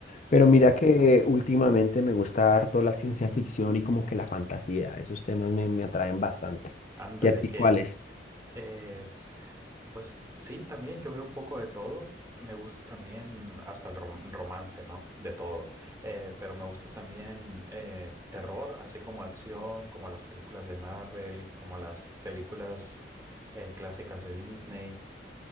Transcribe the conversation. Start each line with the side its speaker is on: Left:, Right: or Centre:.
Left: pero mira
Right: Sí,
Left: que últimamente me gusta harto la ciencia ficción y como que la fantasía, esos temas me, me atraen bastante.
Right: ándale,
Left: ¿Y a ti
Right: que
Left: cuáles?
Right: eh, pues sí, también yo veo un poco de todo. Me gusta también hasta el rom- romance, ¿no? De todo. Eh, pero me gusta también eh, terror, así como acción, como las películas de Marvel, como las películas eh, clásicas de Disney.